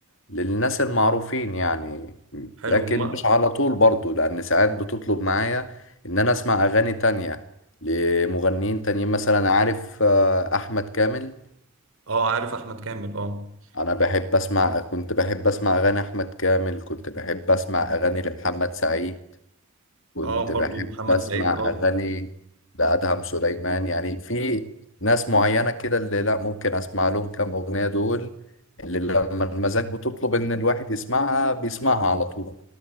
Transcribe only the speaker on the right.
حلو
ما
اه عارف احمد كامل اه
اه
برضو محمد
سعيد اه